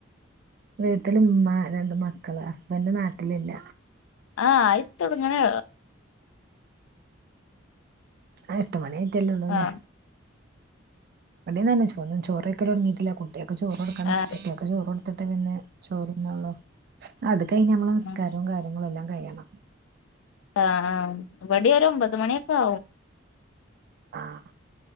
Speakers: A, on the right (about 50°); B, on the left (about 75°).
A: വീട്ടില ഉമ്മ രണ്ട് മക്കള് ഹസ്ബൻഡ് നാട്ടിലില്ല
B: ആഹ് ആയി തൊടങ്ങനെളു
A: ആ എട്ട് മണിയിറ്റല്ലേള്ളൂല്ലേ
B: ആഹ്
A: ഇവിടെന്നെ ചോ ചോരയ്ക്കല് തൊടങ്ങിട്ടില്ല കുട്ടിയാൾക്ക് ചോറ് കൊടുക്കണം
B: അതെ
A: ഒക്കെ ചോറ് കൊടുത്തിട്ട് പിന്നെ ചോറന്നാള്ളോ അത് കഴിഞ്ഞഞ് നമ്മള് നസ്കാരവും
B: ഉം
A: കാര്യങ്ങളും എല്ലാം കഴിയണം
B: ആഹ് ഇവടി ഒരു ഒമ്പത് മണിയൊക്കെ ആവും
A: ആഹ്